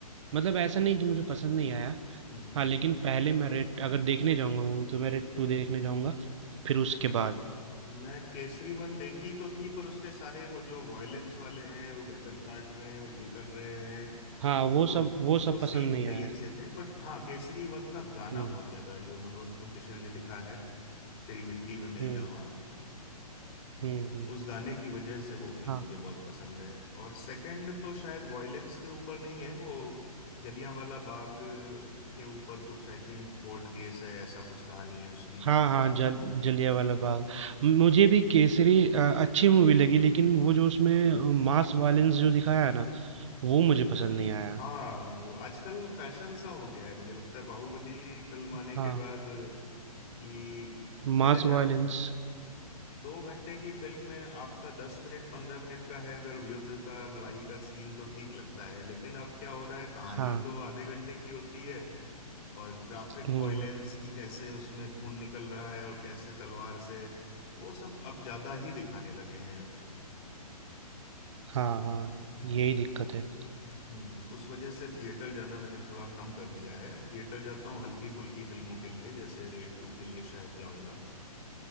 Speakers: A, on the right; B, on the left.
A: मतलब ऐसा नहीं कि मुझे पसंद नहीं आया
B: हम्म
A: हाँ लेकिन पहले मैं रेड अगर देखने जाऊंगा मूवी तो मैं रेड टू देखने जाऊंगा फिर उसके बाद
B: मैं केसरी वन देखी तो थी पर उसके सारे वो जो वॉयलेंस वाले हैं वो गर्दन काट रहे हैं और ये कर रहे हैं
A: हाँ
B: तो
A: वो सब वो
B: वो
A: सब
B: सीन
A: पसंद नहीं
B: नहीं
A: आया
B: अच्छे थे बट हाँ केसरी वन का गाना
A: हम्म
B: बहुत ज्यादा है, जो मनोज मुंतशिर ने लिखा है तेरी मिट्टी में मिल
A: हम्म
B: जावा
A: हम्म हम्म
B: उस गाने की वजह से वो फिल्म
A: हाँ
B: मुझे बहुत पसंद है और सेकंड तो शायद वॉयलेंस के ऊपर नहीं है वो जलियांवाला बाग के ऊपर कुछ आई थिंक कोर्ट केस है ऐसा कुछ कहानी है उसकी
A: हाँ, हाँ, जल जलियांवाला बाग। मुझे भी केसरी अ, अच्छी मूवी लगी लेकिन वो जो उसमें मास वायलेंस जो दिखाया है ना, वो मुझे पसंद नहीं आया।
B: हाँ वो आजकल फैशन सा हो गया है मुझे लगता है बाहुबली फिल्म आने
A: हाँ,
B: के बाद कि पहले
A: मास
B: जा
A: वायलेंस
B: दो घंटे की फिल्म में आपका दस मिनट पंद्रह मिनट का है अगर युद्ध का लड़ाई का सीन तो ठीक लगता है लेकिन अब क्या हो रहा है कहानी
A: हाँ,
B: तो आधे घंटे की होती है और ग्राफिक
A: हम्म,
B: वॉयलेंस की कैसे उसमें खून निकल रहा है और कैसे तलवार से वो सब अब ज्यादा ही दिखाने लगे हैं
A: हाँ, हाँ, यही दिक्कत है।
B: हम्म उस वजह से थिएटर जाना मैंने थोड़ा कम कर दिया है थिएटर जाता हूँ हल्की फुल्की फिल्मों के लिए जैसे रेड टू के लिए शायद जाऊंगा